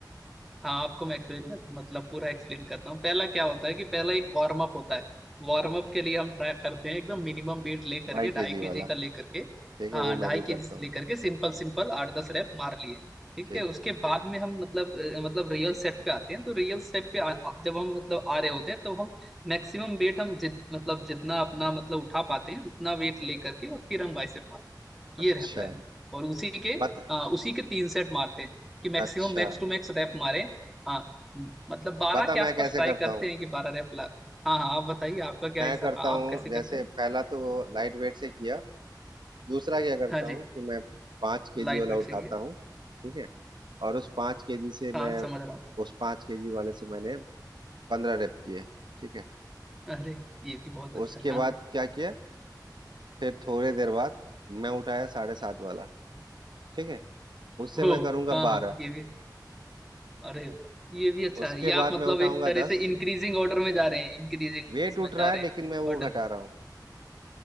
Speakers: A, in the centre; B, on the right.
A: हाँ आपको मैं एक्सप्लेन मतलब पूरा एक्सप्लेन करता हूँ पहला क्या होता है कि पहला एक वार्म अप होता है वार्म अप के लिए हम ट्राई करते हैं एकदम मिनिमम वेट ले करके
B: ढाई
A: ढाई
B: केजी
A: केजी
B: वाला
A: का ले करके
B: ठीक है
A: हाँ
B: वो
A: ढाई
B: मैं भी
A: केजी
B: करता
A: से ले
B: हूँ
A: करके सिंपल सिंपल आठ दस रैप मार लिए ठीक
B: ठीक
A: है उसके बाद में हम मतलब अ, मतलब रियल सेट पे आते हैं तो रियल सेट पे आ, आ- जब हम मतलब आ रहे होते हैं तो हम मैक्सिमम वेट हम जित मतलब जितना अपना मतलब उठा पाते हैं उतना वेट ले करके और फिर हम बाइसेप मारते
B: अच्छा
A: हैं ये रहता है और उसी के
B: पता
A: अ, उसी के तीन सेट मारते हैं कि maximum
B: अच्छा
A: max to max rep मारे हाँ म- मतलब बारह
B: पता
A: के आसपास
B: मैं कैसे
A: ट्राई
B: करता
A: करते
B: हूँ
A: हैं कि बारह रैप ला हाँ हाँ आप बताइए आपका क्या
B: मैं
A: हिसाब
B: करता
A: आप
B: हूँ
A: कैसे
B: जैसे
A: करते हैं
B: पहला तो लाइट वेट से किया दूसरा क्या करता
A: हाँ जी
B: हूँ कि मैं पाँच केजी
A: लाइट
B: वाला
A: वेट
B: उठाता
A: से किया
B: हूँ ठीक है और उस पाँच केजी से
A: हाँ
B: मैं
A: समझ रहा हूँ
B: उस पाँच केजी वाले से मैंने पंद्रह रेप किए ठीक है
A: अरे ये भी बहुत अच्छा
B: उसके
A: है हाँ
B: बाद
A: हाँ
B: क्या किया फिर थोड़ी देर बाद मैं उठाया साढ़े सात वाला ठीक है उससे
A: हो
B: मैं करूंगा
A: हाँ
B: बारह
A: हाँ ये भी अरे वाह, ये भी अच्छा
B: उसके
A: है ये आप
B: बाद
A: मतलब
B: मैं उठाऊंगा
A: एक तरह
B: दस
A: से इंक्रीजिंग ऑर्डर में जा रहे हैं इंक्रीजिंग
B: वेट
A: उसमें
B: उठ
A: जा
B: रहा
A: रहे
B: है लेकिन
A: हैं
B: मैं वो
A: ऑर्डर
B: घटा रहा हूँ